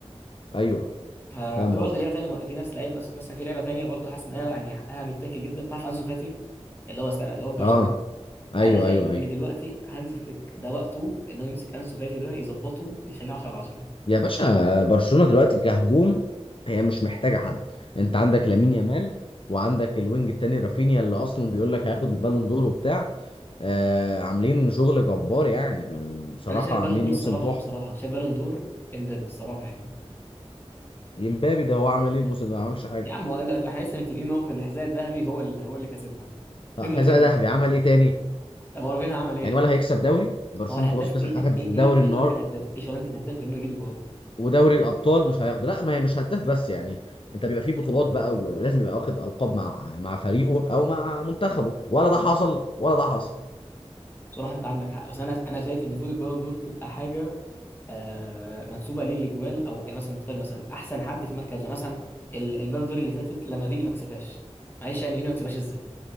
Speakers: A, on the left; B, on the left.
A: ايوه
B: ف-
A: فاهم
B: في برضه
A: قصدك
B: لعيبه ثانيه في ناس لعيبه مثلا مثلا في لعيبه ثانيه برضه حاسس انها يعني حقها متاكل جدا تعرف انسو فاتي اللي هو س- اللي هو في برشلونه
A: اه ايوه
B: انا شايف
A: ايوه ايوه
B: ان دلوقتي هانز فليك ده وقته ان هو يمسك انسو فاتي ده يظبطه ويخليه 10 على 10
A: يا باشا برشلونة دلوقتي كهجوم هي مش محتاجة حد انت عندك لامين يامال وعندك الوينج التاني رافينيا اللي اصلا بيقول لك هياخد البالون دور وبتاع آه عاملين شغل جبار يعني ما- بصراحة
B: انا شايف بالون
A: عاملين
B: دور الصراحه
A: موسم تحفة
B: بصراحه شايف بالون دور امبابي الصراحه يعني
A: يمبابي ده هو عمل ايه الموسم ده ما عملش حاجة
B: يا عم هو إمبابي- احنا لسه متفقين ان هو في الحذاء الذهبي هو اللي هو اللي كسبها
A: آه،
B: فين
A: حذاء
B: رافينيا
A: ذهبي
B: طيب؟
A: عمل ايه تاني
B: طب هو رافينيا عمل ايه
A: يعني
B: يعني
A: ولا هيكسب دوري برشلونه
B: هو الهداف
A: خلاص كسب
B: ايه
A: اخد
B: يعني ايه
A: الدوري
B: ايه إيه
A: النهارده
B: شغلانه الهداف ايه شغلانه الهداف غير انه يجيب جول
A: ودوري الابطال مش هياخده لا ما هي مش هداف بس يعني انت بيبقى فيه بطولات بقى و- ولازم يبقى واخد القاب مع مع فريقه او مع منتخبه ولا ده حصل ولا ده حصل
B: بصراحه انت عندك حق بس انا انا شايف ان المفروض البالون دور تبقى حاجه آه منسوبه ليه الاجوال او يعني مثلا نختار مثلا احسن حد في مركزه مثلا ال- البالون دور اللي فاتت لما فيني ما كسبهاش معلش يعني فيني ما كسبهاش ازاي